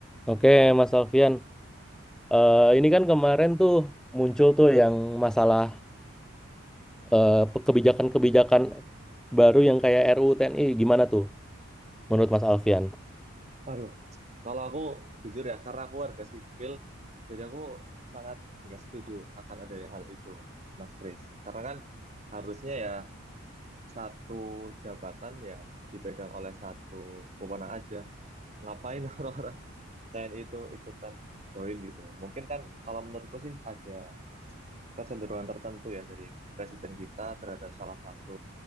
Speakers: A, in the centre; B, on the right.
A: Oke, Mas Alfian. Eh, ini kan kemarin tuh muncul tuh yang masalah eh, pe- kebijakan-kebijakan baru yang kayak RUU TNI. Gimana tuh menurut Mas Alfian?
B: Aduh, kalau aku jujur ya, karena aku warga sipil, jadi aku sangat nggak setuju akan adanya hal itu, Mas Kris. Karena kan harusnya ya satu jabatan ya dipegang oleh satu pemenang aja. Ngapain <laughs> orang-orang TNI itu ikutan join gitu? Mungkin kan kalau menurutku sih ada kecenderungan tertentu ya dari presiden kita terhadap salah satu